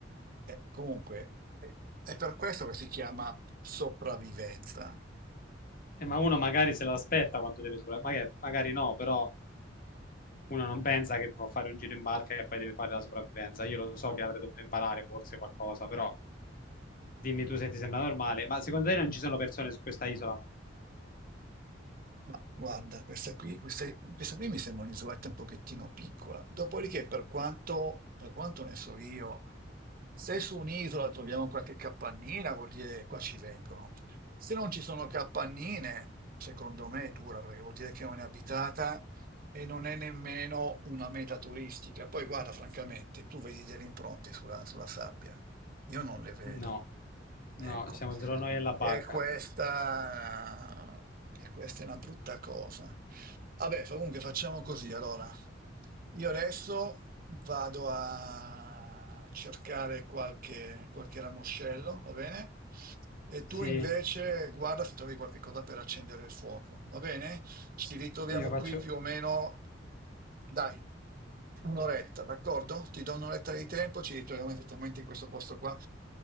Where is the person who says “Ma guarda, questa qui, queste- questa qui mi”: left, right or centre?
Right